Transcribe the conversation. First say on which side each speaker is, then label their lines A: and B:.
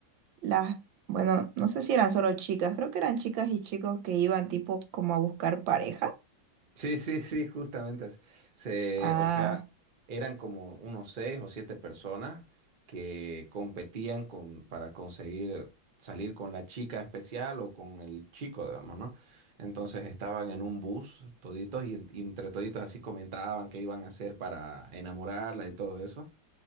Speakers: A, on the right; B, on the right.
A: Las, bueno, no sé si eran solo chicas, creo que eran chicas y chicos que iban tipo como a buscar pareja.
B: Sí, sí, sí, justamente. es- Se,
A: Ah,
B: o sea, eran como unos seis o siete personas que competían con, para conseguir salir con la chica especial o con el chico, digamos, ¿no? Entonces estaban en un bus toditos y, en- y entre toditos así comentaban qué iban a hacer para enamorarla y todo eso